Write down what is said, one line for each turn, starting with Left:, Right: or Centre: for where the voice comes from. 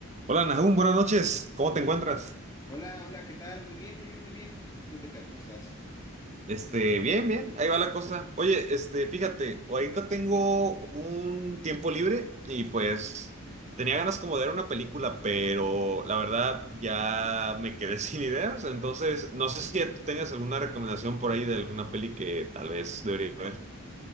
Right: Hola Nahum, buenas noches. ¿Cómo te encuentras?
Left: Hola, hola, ¿qué tal? Muy bien, muy bien, muy bien. ¿Tú qué tal? ¿Cómo estás?
Right: Este, bien, bien, ahí va la cosa. Oye, este, fíjate, ahorita tengo un tiempo libre y pues tenía ganas como de ver una película, pero la verdad ya me quedé <laughs> sin ideas, entonces no sé si tengas alguna recomendación por ahí de alguna peli que tal vez debería ver.